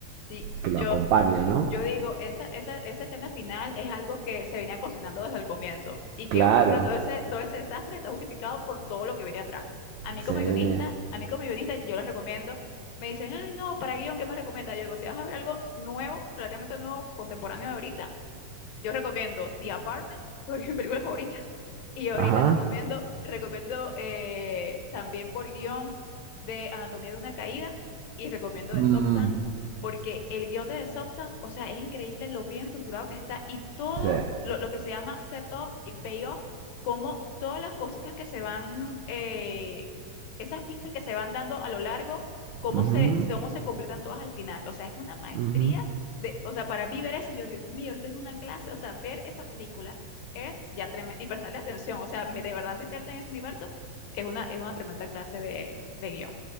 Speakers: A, on the left (about 85°); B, on the right (about 85°).
A: sí,
B: que
A: yo,
B: lo acompaña, ¿no?
A: Yo digo, esa, esa, esa escena final es algo que se venía cocinando desde el comienzo y
B: Claro,
A: que ocurra todo ese, todo ese desastre está justificado por todo lo que viene atrás. A mí
B: sí.
A: como guionista, a mí como guionista, yo les recomiendo, me dicen, ay, no, para guión, ¿qué me recomienda? Yo digo, si vas a ver algo nuevo, relativamente nuevo, contemporáneo de ahorita, yo recomiendo The Apartment, <laughs> porque es mi película favorita. Y ahorita
B: Ajá.
A: recomiendo, recomiendo eh, también por guión de Anatomía de una caída y recomiendo de
B: Mm,
A: Substance, porque el guión de The Substance, o sea, es increíble lo bien estructurado que está y todo
B: sí.
A: lo, lo que se llama setup y payoff, como todas las cositas que se van, eh, esas pistas que se van dando a lo largo, cómo
B: Ujú,
A: se, cómo se completan todas al final. O sea, es una maestría
B: ujú.
A: de, o sea, para mí ver eso, yo, Dios mío, esta es una clase, o sea, ver esa película es ya tremendo, y prestarle atención, o sea, me- de verdad meterte en ese universo es una, es una tremenda clase de, de guión.